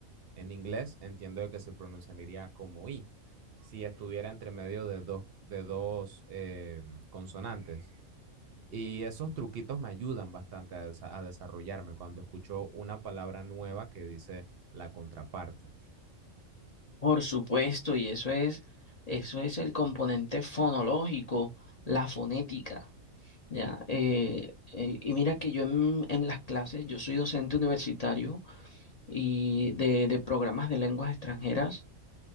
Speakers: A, on the right; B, on the left.
A: en inglés, entiendo de que se pronunciaría como I, si estuviera entre medio de dos, de dos eh, consonantes. Y esos truquitos me ayudan bastante a, desa- a desarrollarme cuando escucho una palabra nueva que dice la contraparte.
B: Por supuesto, y eso es, eso es el componente fonológico, la fonética. Ya, eh, eh, y mira que yo en, en las clases, yo soy docente universitario y de, de programas de lenguas extranjeras